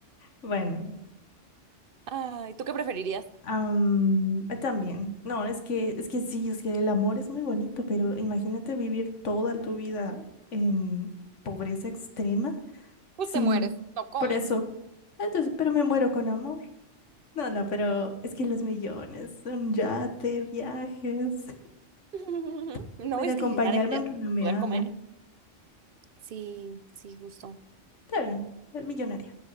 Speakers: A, on the left; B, on the right.
A: Bueno.
B: Ay, ¿tú qué preferirías?
A: Am, eh, también. No, es que, es que sí, es que el amor es muy bonito, pero imagínate vivir toda tu vida en pobreza extrema
B: Pues
A: sin
B: te mueres, no comes.
A: por eso. Ah, Entonces, pero me muero con amor. No, no, pero es que los millones, un yate, viajes,
B: <laughs>
A: <laughs>
B: No,
A: puede
B: es
A: acompañarme
B: que Ya dejarías
A: aunque no
B: de
A: me
B: poder
A: ame.
B: comer. sí, sí, justo.
A: Está bien, el millonario.